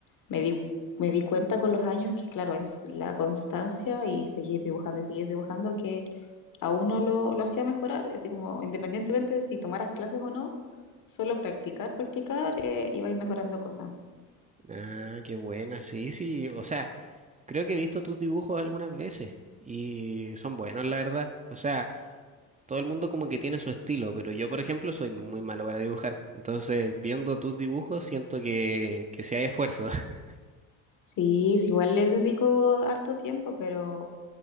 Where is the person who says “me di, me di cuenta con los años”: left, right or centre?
Left